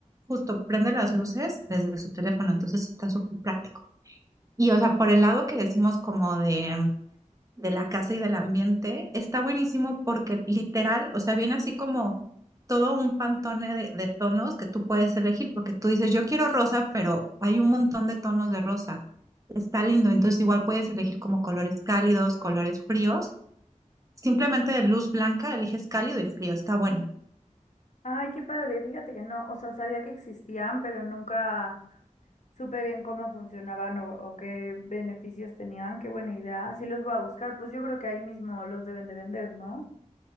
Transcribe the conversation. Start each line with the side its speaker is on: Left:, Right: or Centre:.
Right: justo prende las luces desde su teléfono, entonces está súper práctico. Y o sea, por el lado que decimos como de, de la casa y del ambiente, está buenísimo porque literal, o sea, viene así como todo un pantone de, de tonos que tú puedes elegir, porque tú dices, yo quiero rosa, pero hay un montón de tonos de rosa. Está lindo, entonces igual puedes elegir como colores cálidos, colores fríos. Simplemente de luz blanca eliges cálido y frío, está bueno.
Left: Ay, qué padre, fíjate que no, o sea, sabía que existían, pero nunca supe bien cómo funcionaban o, o qué beneficios tenían, qué buena idea. Si los voy a buscar, pues yo creo que ahí mismo los deben de vender, ¿no?